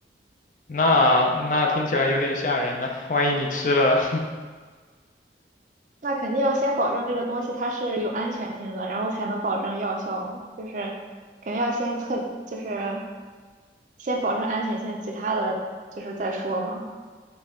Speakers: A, on the left (about 45°); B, on the right (about 45°).
A: 那那听起来有点吓人呢，万一你吃了，
B: 那肯定要先保证这个东西它是有安全性的，然后才能保证药效嘛。就是肯定要先测，就是先保证安全性，其他的就是再说嘛。